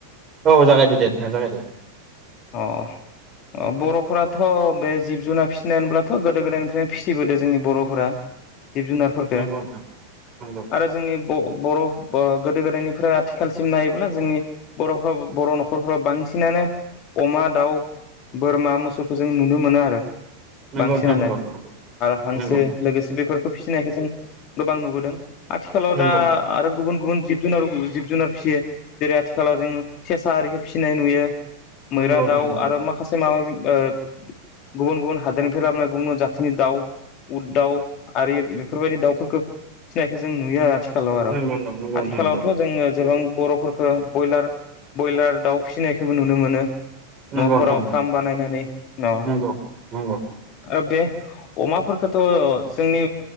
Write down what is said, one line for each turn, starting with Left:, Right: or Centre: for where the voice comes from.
Right: औ जागायदो दे नोंथां जागायदो।
Left: अ अ बर'फोराथ' बे जिब जुनार फिसिनाय होनब्लाथ' गोदो गोदायनिफ्रायनो फिसिबोदों जोंनि बर'फोरा जिब जुनारफोरफोरखो
Right: नंगौ नोंथां नंगौ
Left: आरो जोंनि ब बर' बो गोदो गोदायनिफ्राय आथिखालसिम नायोब्ला जोंनि बर'फ्राव बर' न'खरफ्राबो बांसिनानो अमा दाउ बोरमा मोसौखौ जों नुनो मोनो आरो।
Right: नंगौ
Left: बांसिनानो
Right: नोंथां नंगौ
Left: आरो हांसो
Right: नंगौ
Left: लोगोसे बेफोरखो फि सिनायखौ जों गोबां नुबोदों। आथिखालाव
Right: नंगौ
Left: दा आरो गुबुन गुबुन जिब जुनार <unintelligible> जिब जुनार फिसियो जेरै आथिखालाव जों सेसा आरिखो फिसिनाय नुयो। मैरा
Right: नंगौ नोंथां
Left: दाउ
Right: नंगौ
Left: आरो माखासे माबा माबि ओ गुबुन गुबुन हादोरनिफ्राय लाबोना गुबुन गुबुन जाथिनि दाउ उद दाउ आरि बे फोरबायदि दाउफोरखो फिनायखो जों नुयो आरो आथि खालाव आरो
Right: नंगौ नंगौ नंगौ
Left: आथिखालावथ' जोङो जोबां बर'फोरखो बयलार बयलार दाउ फिसिनायखोबो नुनो मोनो।
Right: नंगौ
Left: न'फोराव
Right: नोंथां
Left: फ्राम बानायनानै न'
Right: नंगौ नंगौ नोंथां
Left: आरो बे अमाफोरखोथ' जोंनि